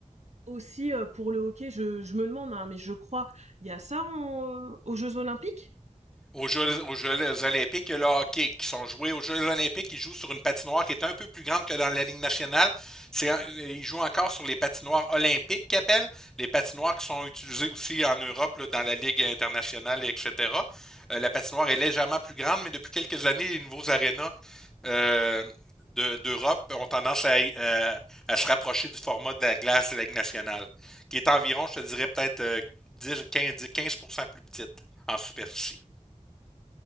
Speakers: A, on the right; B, in the centre.
A: aussi, heu, pour le hockey, je je me demande, hein, mais je crois, il y a ça en aux Jeux olympiques?
B: aux Jeux, aux Jeux olympiques, il y a le hockey qui sont joués aux Jeux olympiques. Ils jouent sur une patinoire qui est un peu plus grande que dans la Ligue nationale. C'est, un- ils jouent encore sur les patinoires olympiques qu'ils appellent, les patinoires qui sont utilisées aussi en Europe, là, dans la Ligue internationale, etc. Euh, la patinoire est légèrement plus grande, mais depuis quelques années, les nouveaux arénas euh, de- d'Europe ont tendance à, euh, à se rapprocher du format de la glace de la Ligue nationale, qui est environ, je te dirais, peut-être euh, 10, 15, 15% plus petite en superficie.